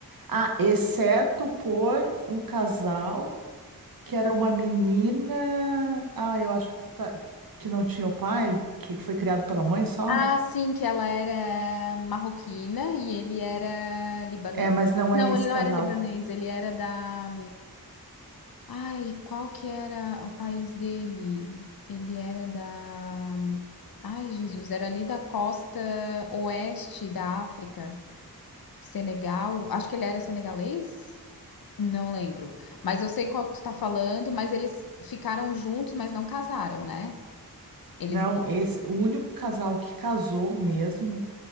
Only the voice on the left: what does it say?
Ah, sim, que ela era marroquina e ele era libanês?
Não,
ele não
era libanês, ele era da Ai, qual que era o país dele? Ele era da. Ai, Jesus, era ali da costa oeste da África, Senegal. Acho que ele era senegalês? Não lembro. Mas eu sei qual que tu tá falando, mas eles ficaram juntos, mas não casaram, né? Eles.